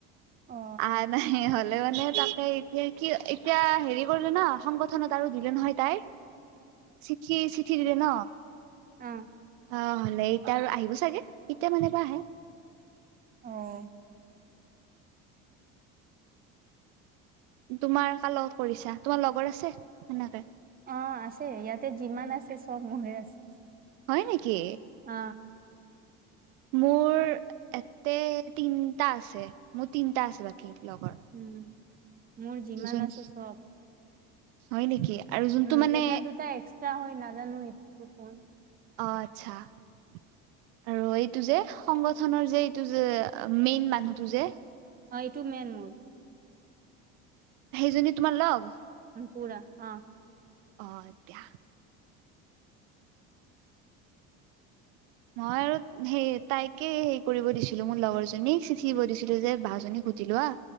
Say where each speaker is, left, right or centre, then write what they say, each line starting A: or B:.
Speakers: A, on the right; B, on the right.
A: অ
B: আহা নাই। লে মানে তাকে এতিয়া কি এতিয়া হেৰি কৰিলো ন সংগঠনত আৰু দিলে নহয় তাই। চিঠি-চিঠি দিলে ন।
A: অহ,
B: অ' হ'লে এতিয়া আৰু আহিব চাগে এতিয়া মানে বা আহে।
A: অহ,
B: তোমাৰ কাৰলগত কৰিছা তোমাৰ লগৰ আছে সেনেকে?
A: অ' আছে ইয়াতে যিমান আছে চব মৰে আছে।
B: হয় নেকি?
A: অ
B: মোৰ এতে তিনটা আছে মোৰ তিনটা আছে বাকী। লগৰ
A: উম মোৰ যিমান
B: দুজনী
A: আছে চব
B: হয় নেকি? আৰু যোনটো
A: উম,
B: মানে
A: এটা দুটা এক্সট্ৰা হয় নাজানোটো কোন?
B: অ' আচ্ছা, আৰু এইটো যে সংগঠনৰ যে এইটো যে মেইন মানুহটো যে
A: অ'এইটো মেন মোৰ।
B: সেইজনী তোমাৰ লগ?
A: পুৰা অ।
B: অ, দিয়া। মই আৰু সেই তাইকে হেৰি কৰিব দিছিলো মোৰ লগৰজনীক চিচিব দিছিলো যে বাজনী। সুধিলোৱা।